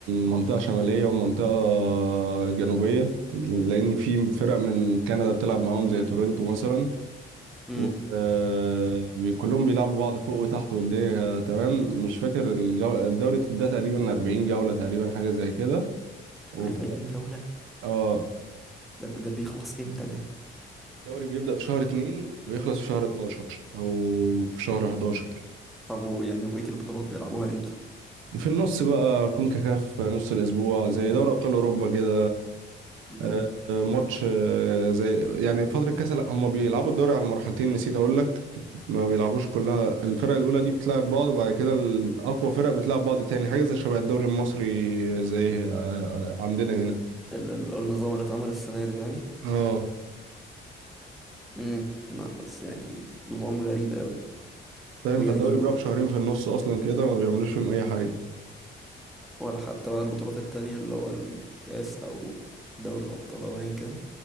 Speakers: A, on the right; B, in the centre.
A: منطقة شمالية ومنطقة جنوبية لأن في فرق من كندا بتلعب معاهم زي تورنتو مثلا
B: امم
A: و- آه، بي- كلهم بيلعبوا بعض فوق وتحت والدنيا تمام مش فاكر الجو- الدوري ده تقريبا 40 جولة تقريبا حاجة زي كده وفي
B: 40
A: ال-
B: جولة
A: اه
B: ده ده بيخلص إمتى ده
A: الدوري بيبدأ في شهر 2 ويخلص في شهر 12 أو في شهر 11
B: طب ويعني وبقية البطولات بيلعبوها إمتى
A: في النص بقى كونكاكاف نص الأسبوع
B: ده
A: زي دوري أبطال أوروبا كده
B: امم
A: آه، آه، ماتش آه، زي يعني فترة كاس لا هم بيلعبوا الدوري على مرحلتين نسيت أقول لك ما بيلعبوش كلها الفرق الأولى دي بتلعب بعض وبعد كده الأقوى فرق بتلعب بعض تاني حاجة زي شبه الدوري المصري زي آه، آه، عندنا هنا
B: ال ال النظام اللي اتعمل السنة دي يعني
A: اه
B: امم لا بس يعني نظام غريب قوي
A: فاهم
B: ويعني
A: فالدوري بيقف شهرين في النص أصلا كده ما بيعملوش فيهم أي حاجة
B: ولا حتى بقى البطولات التانية اللي هو الكاس أو دوري الأبطال أو أيا كان